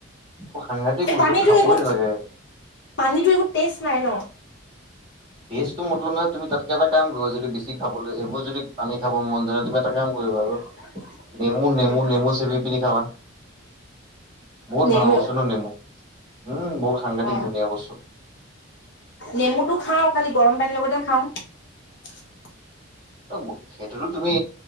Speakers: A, on the right (about 25°); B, on the left (about 55°).
A: এইবোৰ সাংঘাতিক বস্তু
B: পানীতো
A: খাবই
B: একো
A: নালাগে
B: পানীতো একো টেষ্ট নাই ন
A: টেষ্টটো মতলব নাই তুমি তাতকে এটা কাম কৰিবা যদি বেছি খাবলৈ এইবোৰ যদি পানী খাব মন যায় তুমি এটা কাম কৰিবা আৰু
B: <inaudible>
A: নেমু নেমু
B: উম,
A: নেমু চেপি পিনি খাবা বহুত
B: নেমু
A: ভাল বস্তু ন নেমু উম বহুত সাংঘাতিক
B: অ
A: ধুনীয়া বস্তু
B: নেমুটো খাওঁ খালি গৰম পানীৰ লগতহে খাওঁ
A: অ' সেইটোতো তুমি